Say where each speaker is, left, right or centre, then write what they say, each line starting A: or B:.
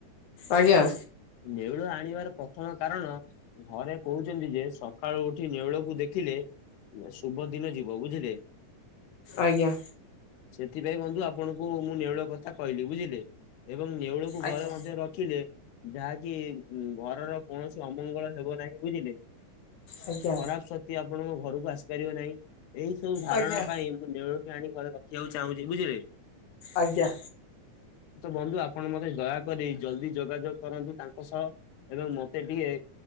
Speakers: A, on the left (about 60°); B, on the left (about 80°).
A: ଆଜ୍ଞା।
B: ନେଉଳ ଆଣିବାର ପ୍ରଥମ କାରଣ ଘରେ କହୁଛନ୍ତି ଯେ ସ ଖାଳୁ ଉଠି ନେଉଳକୁ ଦେଖିଲେ। ଶୁବ ଦିନ ଯିବ ବୁଝିଲେ।
A: ଆଜ୍ଞା
B: ସେଥିପାଇଁ ବନ୍ଧୁ ଆପଣଙ୍କୁ ମୁଁ ନେଉଳ କଥା କହିଲି ବୁଝିଲେ। ଏବଂ ନେଉଳକୁ
A: ଆଜ୍ଞା
B: ଘରେ ମଧ୍ୟ ରଖିଲେ ଯାହାକି ଘରର କୌଣସି ଅମଙ୍ଗଳ ହେବ ନାହିଁ ବୁଝିଲେ।
A: ଆଜ୍ଞା
B: ଖରାପ ସ କ୍ତି ଆପଣଙ୍କ ଘରକୁ ଆସିପାରିବେ ନାହିଁ। ଏଇ ସବୁ ଧାରଣା
A: ଆଜ୍ଞା
B: ପାଇଁ ମୁଁ ନେଉଳଟେ ଆଣି ଘରେ ରଖିବାକୁ ଚାହୁଁଛି ବୁଝିଲେ।
A: ଆଜ୍ଞା।
B: ତ ବନ୍ଧୁ ଆପଣ ମତେ ଦୟାକରି ଜଲ୍ଦୀ ଯୋଗାଯୋଗ କରନ୍ତୁ ତାଙ୍କ ସହ ଏବଂ ମତେ ଟିକେ